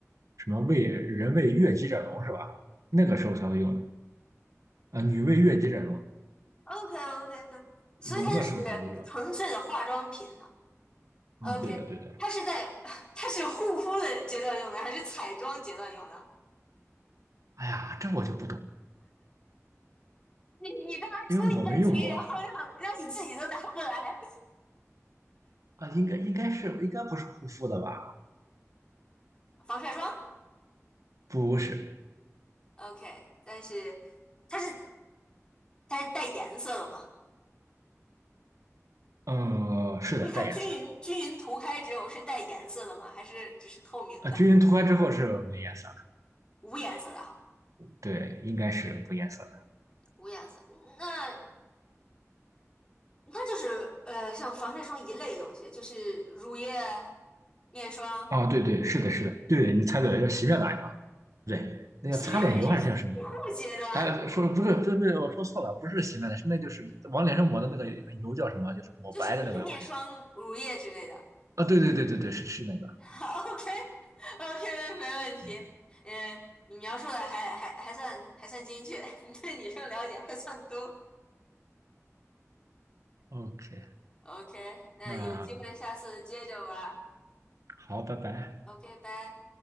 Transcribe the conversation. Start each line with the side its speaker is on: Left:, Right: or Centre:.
Right: 什么为人为悦己者容是吧？那个时候才会用的啊，女为悦己者容，
Left: o k o k o k 所以它就是
Right: 容的时候才会用。
Left: 纯粹的化妆品哈。OK，
Right: 嗯，对的对的。
Left: 它是在 <laughs> <sighs> 它是护肤的阶段用的，还是彩妆阶段用的？
Right: 哎呀，这我就不懂，
Left: 你你干嘛出一个题，
Right: 因为我没用过
Left: 然后让让你自己都答不来？
Right: 啊，应该应该是应该不是护肤的吧？
Left: 防晒霜
Right: 不是，
Left: ，OK，但是它是它是带颜色的吗？
Right: 嗯，是的，
Left: 因为它均匀均匀涂开之后是带颜色的吗？
Right: 带颜色
Left: 还是只是透明的，
Right: 的啊，均匀涂开之后是没颜色的，
Left: 无颜色的哈？
Right: 对，应该是无颜色的。
Left: 无颜色。那它就是呃，像防晒霜一类的东西，就是乳液、面霜。
Right: 啊。对对，是的，是的，对，你猜对了，要洗面奶嘛？对，那叫擦脸油还是叫什么？
Left: 洗面奶是洗护阶段的，
Right: 哎，说不是，不是，不是，我说错了，不是洗面奶，是那就是往脸上抹的那个油叫什么？就是抹白的那个东西。
Left: 就是就是面霜、乳液之类的。
Right: 啊，对对对对对，是是那个。
Left: <laughs> OK OK，没问题。
Right: 对
Left: 嗯，你描述的还还还算还算精确，<laughs> 你对女生了解还算多。
Right: ，OK，
Left: OK，那有机会下次接着玩
Right: 那好，拜拜。
Left: OK，拜。